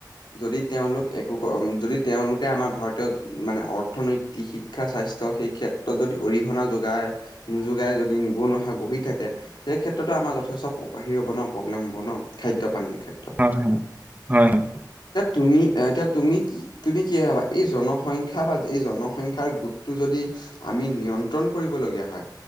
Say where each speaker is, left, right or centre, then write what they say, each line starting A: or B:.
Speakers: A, on the left (about 80°); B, on the right (about 20°).
A: যদি তেওঁলোক একো যদি তেওঁলোকে আমাৰ ভাৰতীয় মানে অৰ্থনৈত- শিক্ষা স্বাস্থ্য সেই ক্ষেত্ৰত যদি অৰিহণা যোগায়। নোযোগাই যদি নিবনুৱা হৈ বহি থাকে। সেই ক্ষেত্ৰতো আমাৰ যথেষ্ট হেৰি হব ন প্ৰব্লেম হব ন খাদ্য পানীৰ ক্ষেত-
B: হয় হয় হয় হয়।
A: তুমি এতিয়া তুমি কি তুমি কি ভাবা এই জনসংখ্যা বা এই জনসংখ্যাৰ গোটটো যদি আমি নিয়ন্ত্ৰণ কৰিবলগীয়া হয়